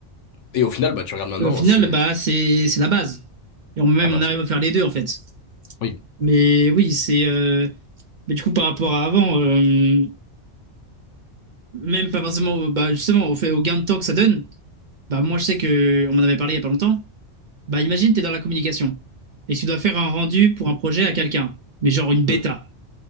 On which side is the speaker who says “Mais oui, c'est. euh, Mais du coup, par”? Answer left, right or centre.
Right